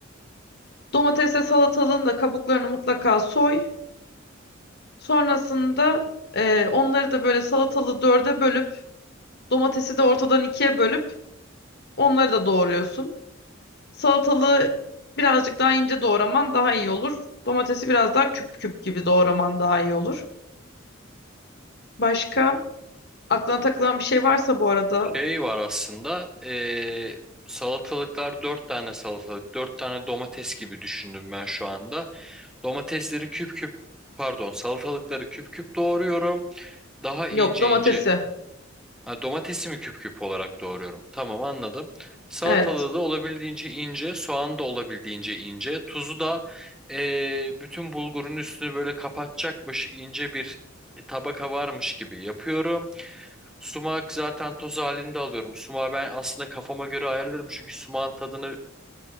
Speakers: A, on the left; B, in the centre.
A: Domatesle salatalığın da kabuklarını mutlaka soy. Sonrasında e, onları da böyle salatalığı dörde bölüp domatesi de ortadan ikiye bölüp onları da doğruyorsun. Salatalığı birazcık daha ince doğraman daha iyi olur. Domatesi biraz daha küp küp gibi doğraman daha iyi olur. Başka aklına takılan bir şey varsa bu arada.
B: Şey var aslında. e, salatalıklar dört tane salatalık. Dört tane domates gibi düşündüm ben şu anda. Domatesleri küp küp pardon salatalıkları küp küp doğruyorum. Daha ince
A: Yok, domatesi.
B: ince ha, domatesimi küp küp olarak doğruyorum. Tamam anladım. Salatalığı
A: Evet.
B: da olabildiğince ince, soğanı da olabildiğince ince, tuzu da eee, bütün bulgurun üstünü böyle kapatacakmış ince bir tabaka varmış gibi yapıyorum. Sumak zaten toz halinde alıyorum. Sumağı ben aslında kafama göre ayarlarım çünkü sumağın tadını